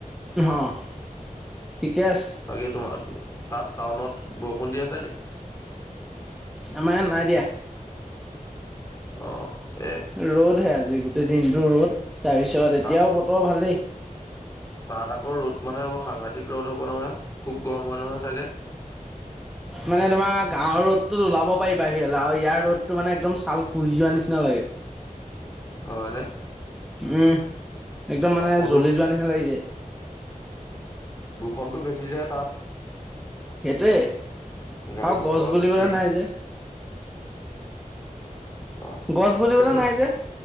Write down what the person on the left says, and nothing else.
বাকী তোমাক, তাত টাউনত বৰষুণ দি আছে নি?।
অ' এ
তা
তাত আকৌ ৰ'দ মানে বৰ সাংঘাতিক ৰ'দ হ'ব নহয়। খুব গৰম হয় নহয় চাগে?।
হয়নে?
প্ৰদূষ
নটো বেছি যে তাত।
গাড়ী
মটৰ
বেছি
অ',
সেইটোৱে।